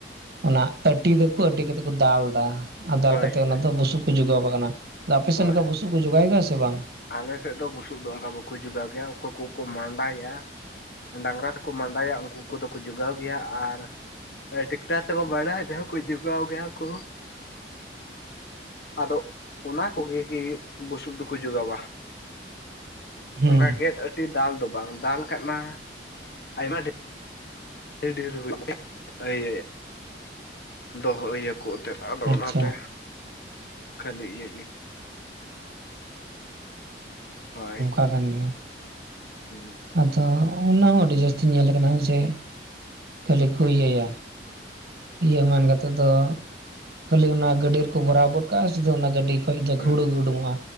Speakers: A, on the right; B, on the left.
A: ᱚᱱᱟ ᱟᱹᱴᱤ ᱫᱟᱠᱚ ᱟᱹᱴᱤ ᱠᱟᱛᱮᱫ ᱠᱚ ᱫᱟᱞ ᱮᱫᱟ ᱟᱨ ᱫᱟᱞ
B: ᱦᱳᱭ
A: ᱠᱟᱛᱮᱫ
B: ᱦᱳᱭ
A: ᱚᱱᱟ ᱫᱚ ᱵᱩᱥᱩᱵ ᱠᱚ ᱡᱚᱜᱟᱣ ᱠᱟᱜ ᱠᱟᱱᱟ᱾ ᱟᱫᱚ ᱟᱯᱮᱥᱮᱫ
B: ᱦᱳᱭ
A: ᱚᱱᱠᱟ ᱵᱩᱥᱩ ᱠᱚ ᱡᱚᱜᱟᱭ ᱜᱮᱭᱟ ᱥᱮ ᱵᱟᱝ?
B: ᱟᱞᱮ ᱥᱮᱫ ᱫᱚ ᱵᱩᱥᱩᱵ ᱫᱚ ᱚᱱᱠᱟ ᱵᱟᱠᱚ ᱡᱚᱜᱟᱣ ᱜᱮᱭᱟ, ᱚᱠᱚᱭ ᱠᱚᱠᱚ ᱢᱟᱸᱰᱟᱭᱟ᱾ ᱰᱟᱝᱨᱟ ᱛᱮᱠᱚ ᱢᱟᱰᱟᱭᱟ, ᱩᱱᱠᱩ ᱠᱚᱫᱚ ᱠᱚ ᱡᱚᱜᱟᱣ ᱜᱮᱭᱟ᱾ ᱟᱨ ᱴᱤᱠᱴᱟᱨ ᱛᱮᱠᱚ ᱢᱟᱰᱟᱭ ᱨᱮᱦᱚᱸ ᱠᱚ ᱡᱚᱜᱟᱣ ᱜᱮᱭᱟ ᱠᱚ᱾ ᱟᱫᱚ᱾ ᱚᱱᱟ ᱠᱚᱜᱮ ᱜᱮ ᱵᱩᱥᱩᱵ ᱫᱚᱠᱚ ᱡᱚᱜᱟᱣᱼᱟ
A: ᱦᱩᱸ
B: ᱾ᱚᱱᱠᱟ ᱜᱮᱫ ᱴᱤᱡ ᱫᱟᱞ ᱫᱚ ᱵᱟᱝ, ᱫᱟᱞ ᱠᱷᱟᱱ ᱢᱟ ᱟᱭᱢᱟ ᱰᱷᱮ ᱟᱹᱰᱤ ᱰᱷᱮᱨ <unintelligible> ᱦᱩᱭ ᱟᱭ ᱫᱚᱦᱚᱭᱟ ᱠᱚ ᱮᱱᱛᱮᱫ ᱟᱫᱚ
A: ᱟᱪᱪᱷᱟ
B: ᱚᱱᱟᱛᱮ᱾ ᱠᱷᱟᱹᱞᱤ ᱤᱭᱟᱹ ᱜᱮ᱾ ᱦᱳᱭ᱾
A: ᱠᱟᱛᱷᱟ ᱠᱟᱱ ᱜᱮᱭᱟᱹ᱾
B: ᱦᱮᱸ᱾
A: ᱟᱫᱚ ᱚᱱᱟ ᱦᱚᱸ ᱟᱹᱰᱤ ᱡᱟᱹᱥᱛᱤ ᱧᱮᱞ ᱟᱠᱟᱱᱟ ᱡᱮ, ᱠᱷᱟᱹᱞᱤ ᱠᱚ ᱤᱭᱟᱹᱭᱟ᱾ ᱤᱭᱟᱹ ᱢᱮᱱ ᱠᱟᱛᱮᱫ ᱫᱚ ᱠᱷᱟᱹᱞᱤ ᱚᱱᱟ ᱜᱟᱹᱰᱤ ᱨᱮᱠᱚ ᱵᱷᱚᱨᱟᱣ ᱜᱚᱫ ᱠᱟᱜᱼᱟ᱾ ᱥᱤᱫᱦᱟ ᱚᱱᱟ ᱜᱟᱹᱰᱤ ᱠᱷᱚᱡ ᱫᱚ ᱦᱩᱲᱳ
B: ᱦᱩᱸ
A: ᱜᱮ ᱩᱰᱩᱠᱚᱜᱼᱟ,